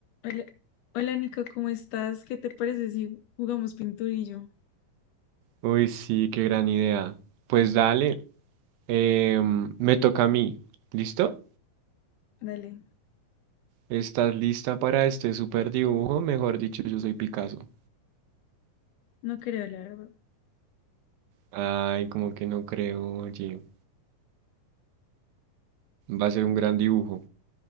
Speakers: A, on the left; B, on the right.
A: Hola, hola Nico, ¿cómo estás? ¿Qué te parece si jugamos pinturillo?
B: Uy, sí, qué gran idea. Pues dale, em, me toca a mí. ¿Listo?
A: Dale,
B: ¿Estás lista para este super dibujo? Mejor dicho, yo soy Picasso.
A: no creo, la verdad.
B: Ay, como que no creo, oye. Va a ser un gran dibujo.